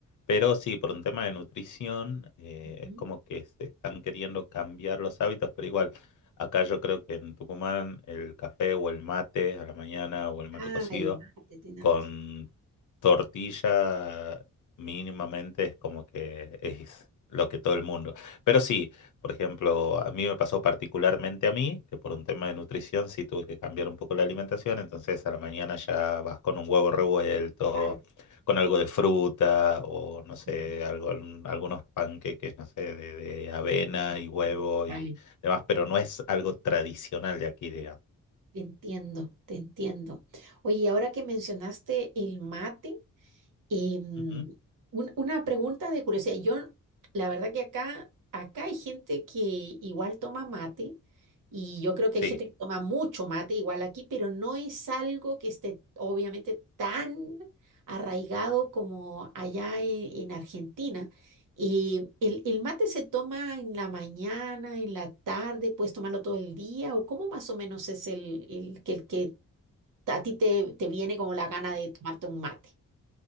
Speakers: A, on the left; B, on the right.
A: pero sí, por un tema de nutrición, eh,
B: Ujú.
A: es como que se están queriendo cambiar los hábitos, pero igual, acá yo creo que en Tucumán el café o el mate a la mañana o el mate
B: Ah,
A: cocido
B: el mate, tienes
A: con
B: razón.
A: tortilla mínimamente es como que es lo que todo el mundo. Pero sí, por ejemplo, a mí me pasó particularmente a mí, que por un tema de nutrición sí tuve que cambiar un poco la alimentación, entonces a la mañana ya vas con un huevo revuelto,
B: Ah,
A: con algo de fruta o no sé,
B: mm,
A: algo, algún- algunos panqueques, no sé, de, de avena y huevo
B: Dale,
A: y demás, pero no es algo tradicional de aquí, digamos.
B: te entiendo, te entiendo. Oye, ahora que mencionaste el mate, Y, mm,
A: Ujú,
B: un- una pregunta de curiosidad. Yo, la verdad que acá, acá hay gente que igual toma mate y yo creo que
A: Sí.
B: hay gente que toma mucho mate igual aquí, pero no es algo que esté obviamente tan arraigado como allá e- en, Argentina. Y el, el mate se toma en la mañana, en la tarde, puedes tomarlo todo el día o cómo más o menos es el, el, que, el que a ti te, te viene como la gana de tomarte un mate.